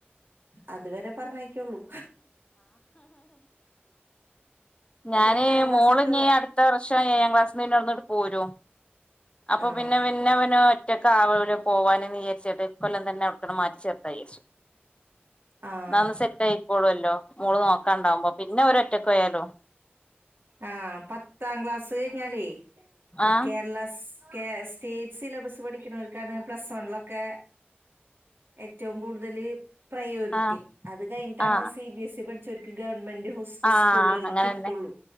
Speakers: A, on the right; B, on the left.
A: അതുവരെ പറഞ്ഞയക്കുള്ളൂ
B: ഞാനെ
A: ഒരു എട്ടാം ക്ലാസ്
B: മോളിനി
A: ഒക്കെ
B: അടു ത്ത വർഷം ഏഴാം ക്ലാസ്ന്ന് പിന്നെ അവിടന്നിങ്ങോട്ട് പോരും അപ്പൊ
A: ആഹ്
B: പിന്നെ പിന്നവന് ഒറ്റ ഒറ്റാക്കാവൂലെ പോവാന് വിചരിച്ചിട്ട് ഇക്കൊല്ലം തന്നെ അവടുന്ന് മാറ്റി ചേർത്ത വിചാരിച്ച്
A: ആഹ്
B: അതാവുമ്പോസെറ്റ് ആയിക്കോളൂല്ലോ മോള് നോക്കാൻണ്ടാവുമ്പോ പിന്നെ ഓര് ഒറ്റക്ക് പോയാലും
A: ആഹ് പത്താം ക്ലാസ് കഴിഞ്ഞാലേ
B: ആ
A: കേരള സ് കേ സ്റ്റേറ്റ് സിലബസ് പഠിക്കുന്നവരിക്കാണ് പ്ലസ് വണ്ണൊക്കെ ഏറ്റവും കൂടുതല് പ്രയോരിറ്റി
B: ആ
A: അത് കഴിഞ്ഞിട്ടാണ്
B: ആ
A: സി ബി എസ് ഇ പഠിച്ചവരിക്ക് ഗവൺമെന്റ് സ്
B: ആ
A: സ്കൂളുകളില്
B: അങ്ങനെന്നെ
A: കിട്ടുള്ളൂ